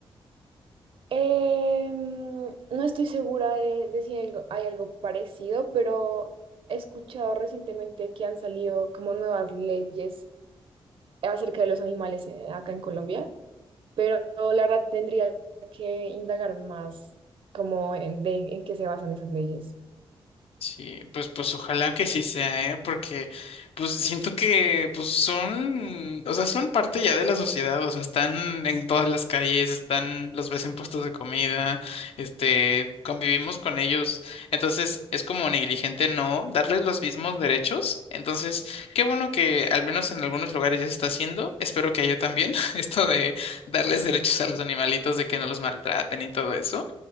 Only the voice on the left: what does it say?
Sí, pues, pues ojalá que sí sea, ¿eh? Porque pues siento que pues son, o sea, son parte ya de la sociedad, o sea, están en todas las calles, están, los ves en puestos de comida, este, convivimos con ellos. Entonces, es como negligente no darles los mismos derechos. Entonces, qué bueno que al menos en algunos lugares ya se está haciendo. Espero que haya también <laughs> esto de darles derechos a los animalitos, de que no los maltraten y todo eso.